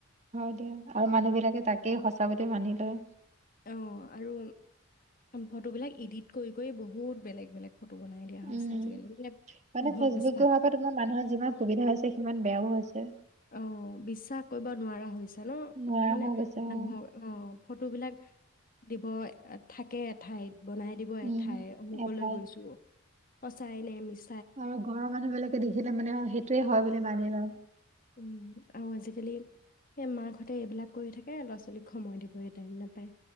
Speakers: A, on the right; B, on the left.
A: হয় দিয়া আৰু মানুহ বিলাকে তাকেই সঁচা বুলি মানিল অ
B: অ আৰু ফটো বিলাক ইডিট কৰি কৰি বহুত বেলেগ বেলেগ ফটো বনাই দিয়া হৈছে
A: উম
B: আজিকালি মানে
A: মানে
B: মানুহক
A: ফেচবুক
B: বিশ্বাস
A: দহাৰ পৰা তোমাৰ মানুহৰ যিমান সুবিধা হৈছে সিমান বেয়াও হৈছে এ।
B: অ' বিশ্বাস কৰিব নোৱাৰা হৈছে। ন
A: নোৱাৰা
B: মানে
A: হৈ গৈছে
B: মানুহৰ
A: অ
B: অ ফটো বিলাক দিব থাকে এঠাইত। বনাই দিব এঠাই
A: উম
B: অমুকলৈ
A: এঠাইত
B: গৈছো অ সঁচাই নেমিছ
A: আৰু ঘৰৰ মানুহ বিলাকে দেখিলে মানে সেইটোয়ে হয় বুলি মানি লয়।
B: উম আৰু আজিকালি সেই মাকহঁতে এইবিলাক কৰি থাকে ল'ৰা ছোৱালীক সময় দিবই টাইম নাপায়